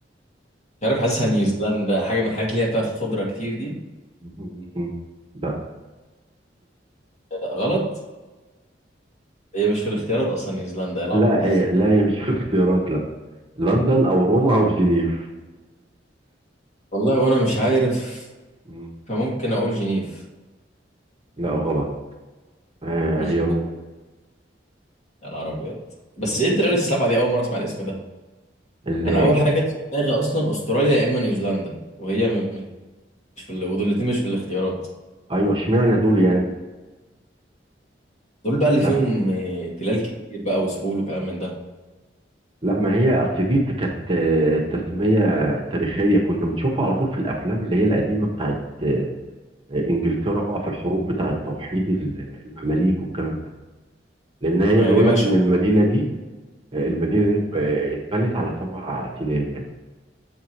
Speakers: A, on the left; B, on the right.
A: مش عارف حاسسها نيوزيلندا حاجة من الحاجات اللي هي فيها خضرة كتير دي
B: مم. لا
A: لا، غلط هي مش في الاختيارات أصلا نيوزيلندا ايه العبط
B: لا
A: ده
B: هي لا هي مش في الاختيارات لا لندن أو روما أو جنيف
A: والله وأنا مش عارف
B: مم.
A: فممكن أقول جنيف
B: لا غلط آه
A: مش
B: هي روما
A: يا نهار ابيض
B: مم.
A: بس ايه التريال السبعه دي اول مره اسمع الاسم ده
B: ال-
A: انا اول حاجه جت في دماغي اصلا استراليا يا اما نيوزيلندا وهي م- مش في ال... ودول الاتنين مش في الاختيارات
B: أيوه اشمعنى دول يعني
A: دول بقى اللي
B: لا
A: فيهم آه، تلال كتير بقى وسهول وكلام من ده
B: لا ما هي أصل دي كانت آه، تسمية تاريخية كنا بنشوفها على طول في الأفلام اللي هي القديمة بتاعت آه، إنجلترا بقى في الحروب بتاعت توحيد ال- المماليك والكلام ده لان هي
A: يعني
B: بيقول
A: دي مالهاش
B: لك ان المدينه دي المدينه دي ب- اتبنت على سبع تلال يعني